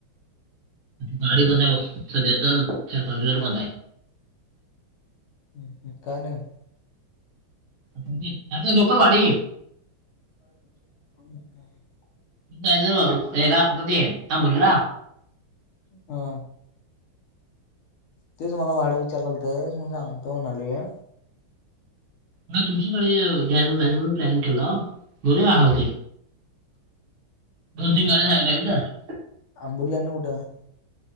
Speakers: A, on the right; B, on the left.
A: गाडी बंद हाय बघ सध्या तर चार-पाच दिवस झालं बंद आहे.
B: हम्म हम्म का नाय?
A: म्हणजे असं लोकल भाडं येईल.
B: <inaudible> <inaudible>
A: जायचं, हेला कुठं ते अंबोलीला.
B: हा. तेच मला भाडं विचारालतं, मी सांगतो म्हणालोय.
A: म तुमच्याकडे जायच जायचं म्हणून प्लॅनिंग केलो, बघूया हाव ते.
B: हं
A: तीन गाड्या
B: हं
A: साईड आहेत
B: आंबोली आणि कुठं?